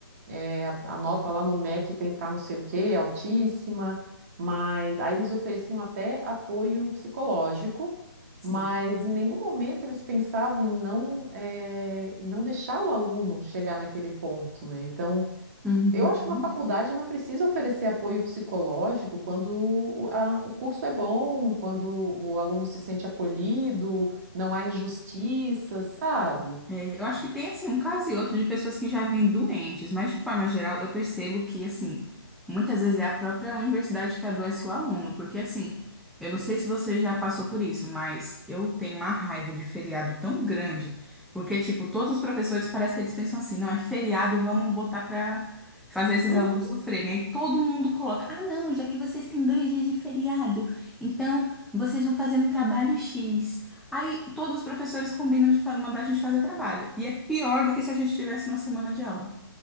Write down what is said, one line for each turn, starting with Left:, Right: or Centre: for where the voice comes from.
Right: é, a, a nota lá no MEC tem que estar não sei o quê, altíssima, mas aí eles ofereciam até apoio psicológico,
Centre: Sim.
Right: mas em nenhum momento eles pensavam em não, eh, em não deixar o aluno chegar naquele ponto, né? Então,
Centre: Uhum.
Right: eu acho que uma faculdade não precisa oferecer apoio psicológico quando o, a- o curso é bom, quando o aluno se sente acolhido, não há injustiça, sabe?
Centre: É, eu acho que tem assim um caso e outro de pessoas que já vêm doentes, mas de forma geral eu percebo que assim muitas vezes é a própria universidade que adoece o aluno, porque assim eu não sei se você já passou por isso, mas eu tenho uma raiva de feriado tão grande, porque tipo todos os professores parece que eles pensam assim, não é feriado, vamos botar pra fazer esses
Right: Uhum.
Centre: alunos sofrerem. Aí todo mundo coloca, ah não, já que vocês têm dois dias de feriado, então vocês vão fazer um trabalho X. Aí todos os professores combinam de fa- mandar a gente fazer trabalho. E é pior do que se a gente tivesse uma semana de aula.